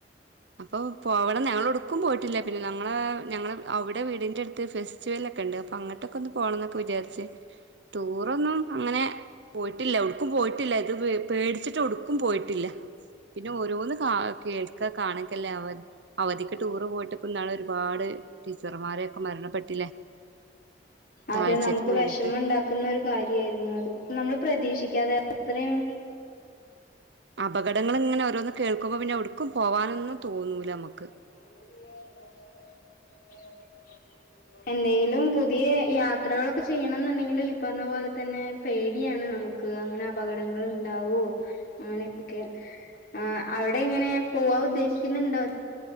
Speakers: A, on the right; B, on the left.
A: അപ്പൊ പോവണം ഞങ്ങള എടുക്കും പോയിട്ടില്ല പിന്നെ ഞങ്ങളെ ഞങ്ങള് അവിടെ വീടിന്റെ അടുത്ത് ഫ ഫെസ്റ്റ് വെൽ ഒക്കെണ്ട് അപ്പൊ അങ്ട്ടൊക്കൊ ഒന്ന് പോണം എന്നൊക്കെ വിചാരിച്ച് റ്റുറൊ ഒന്നും അങ്ങനെ പോയിട്ടില്ല എവ്ട്ക്കും പോയിട്ടില്ല ഇത് പേടിച്ചിട്ട് എവ്ട്ക്കും പോയിട്ടില്ല പിന്നെ ഓരോന്ന് കാ കേൾക്കാ കാണക്കല്ലേ അവ അവധിക്ക് ടൂറ് പോയിട്ട് ഇപ്പ ഇന്നാള് ഒരുപാട് ടീച്ചർമാരെയൊക്കെ മരണപ്പെട്ടില്ലേ
B: അതെ
A: താഴ്ചക്ക്
B: നമുക്ക്
A: വീണിട്ട്
B: വെഷമെണ്ടാക്കുന്ന ഒരു കാര്യായിരുന്നു അത് നമ്മള് പ്രതീക്ഷിക്കാതെ അത്രീം
A: അപകടങ്ങള് ഇങ്ങനെ ഓരോന്ന് കേൾക്കുമ്പോ പിന്നെ എവ്ട്ക്കും പോവാനൊന്നും തോന്നൂല അമ്മക്ക്.
B: <inaudible> എന്തെങ്കിലും പുതിയ യാത്രകളൊക്കെ ചെയ്യണം എന്ന്ണ്ടെങ്കിലും ഈ പറഞ്ഞ പോലെ തന്നെ പേടിയാണ് നമുക്ക് ക്ക് അങ്ങനെ അപകടങ്ങൾ ഇണ്ടാവോ അങ്ങനെക്കെ ആഹ് അവടെ എങ്ങനെ പോവാ ഉദ്ദേശിക്ക്ന്ന്ണ്ടോ